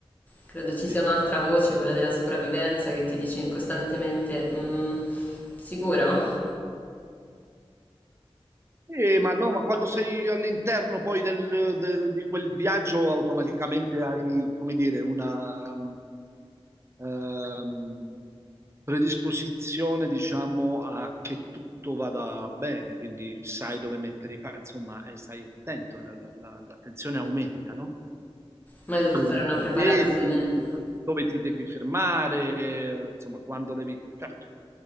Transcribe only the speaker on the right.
sì.
Eh, ma no, ma quando sei all'interno poi del- de- di quel viaggio, automaticamente hai, come dire, una, ehm, predisposizione, diciamo, a che tutto vada bene, quindi sai dove mettere i piedi, insomma, e stai attento, la- la- la- l'attenzione aumenta, no?
Dove
metti
i piedi, dove ti devi fermare, eh, insomma, quando devi... Certo,